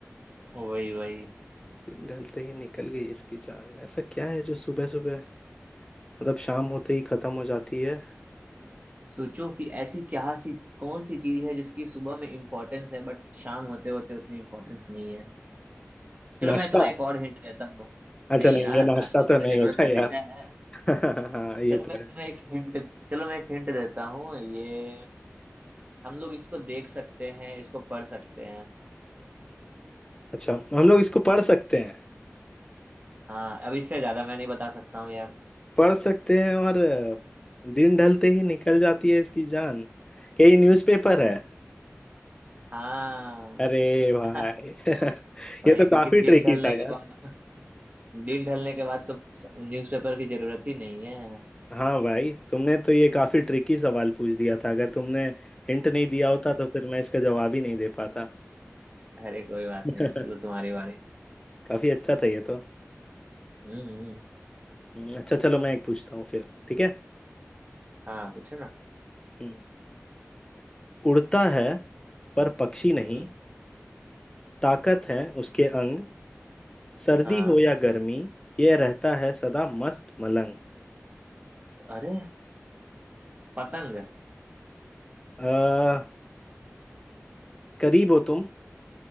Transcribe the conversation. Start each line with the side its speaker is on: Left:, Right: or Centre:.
Right: वही वही
Left: दिन ढलते ही निकल गई इसकी जान ऐसा क्या है जो सुबह सुबह मतलब शाम होते ही खत्म हो जाती है
Right: सोचो कि ऐसी क्या सी कौन सी चीज है जिसकी सुबह में इम्पोर्टेंस है बट शाम होते होते उतनी इम्पोर्टेंस नहीं है चलो
Left: नाश्ता
Right: मैं तुम्हें एक और हिंट देता हूँ
Left: अच्छा
Right: नहीं
Left: नहीं
Right: यार
Left: ये
Right: नाश्ते
Left: नाश्ता
Right: की
Left: तो
Right: तो
Left: नहीं
Right: जरूरत
Left: होता
Right: हमेशा
Left: यार
Right: है
Left: <laughs> हाँ ये
Right: चलो
Left: तो
Right: मैं
Left: है
Right: तुम्हें एक हिंट चलो मैं एक हिंट देता हूँ ये हम लोग इसको देख सकते हैं इसको पढ़ सकते हैं
Left: अच्छा हम लोग इसको पढ़ सकते हैं
Right: हाँ अब इससे ज्यादा मैं नहीं बता सकता हूँ यार
Left: पढ़ सकते हैं और अ, दिन ढलते ही निकल जाती है इसकी जान क्या ये न्यूज़पेपर है
Right: हाँ
Left: अरे भाई
Right: <laughs>
Left: <laughs>
Right: वही
Left: ये तो काफी
Right: क्योंकि दिन
Left: ट्रिकी
Right: ढलने
Left: था
Right: के
Left: यार
Right: बाद दिन ढलने के बाद तो न्यूज़पेपर की जरूरत ही नहीं है
Left: हाँ भाई तुमने तो ये काफी ट्रिकी सवाल पूछ दिया था अगर तुमने हिंट नहीं दिया होता तो फिर मैं इसका जवाब ही नहीं दे पाता
Right: अरे कोई बात
Left: <laughs>
Right: नहीं चलो तुम्हारी बारी
Left: काफी अच्छा था ये तो
Right: हम्म हम्म,
Left: हम्म, अच्छा चलो मैं एक पूछता हूँ फिर ठीक है
Right: हाँ पूछो ना
Left: हम्म। उड़ता है पर पक्षी नहीं
Right: हम्म
Left: ताकत है उसके अंग सर्दी
Right: हाँ
Left: हो या गर्मी ये रहता है सदा मस्त मलंग
Right: अरे पतंग
Left: आ, करीब हो तुम